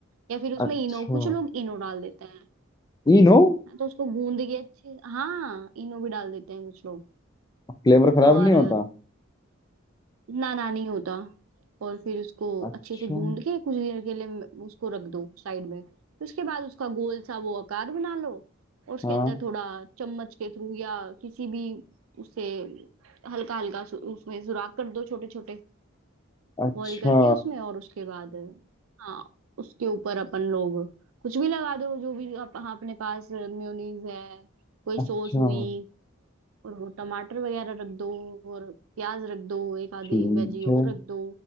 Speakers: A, on the right (about 75°); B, on the left (about 20°).
A: या फिर उसमें
B: अच्छा
A: इनो कुछ लोग इनो डाल देते हैं
B: ई नो
A: हाँ, तो उसको गूंद के अच्छे हाँ इनो भी डाल देते हैं कुछ लोग
B: फ्लेवर खराब
A: और
B: नहीं होता
A: ना ना नहीं होता और फिर उसको
B: अच्छा
A: अच्छे से गूंद के कुछ देर के लिए म- उसको रख दो साइड में फिर उसके बाद उसका गोल सा वो आकार बना लो और उसके
B: हाँ
A: अंदर थोड़ा चम्मच के थ्रू या किसी भी उससे हल्का हल्का सु, उसमें सुराख कर दो छोटे छोटे
B: अच्छा
A: होल करके उसमें और उसके बाद हाँ उसके ऊपर अपन लोग कुछ भी लगा दो जो भी आप, हाँ, अपने पास मेयोनीज है कोई
B: अच्छा
A: सॉस हुई और वो टमाटर वगैरह रख दो और प्याज रख दो एक आधी
B: ठीक
A: वेजी और
B: है
A: रख दो